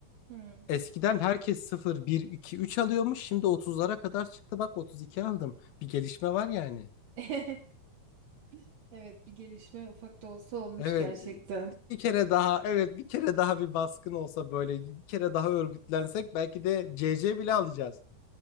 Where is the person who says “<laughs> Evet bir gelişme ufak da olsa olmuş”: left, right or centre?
Right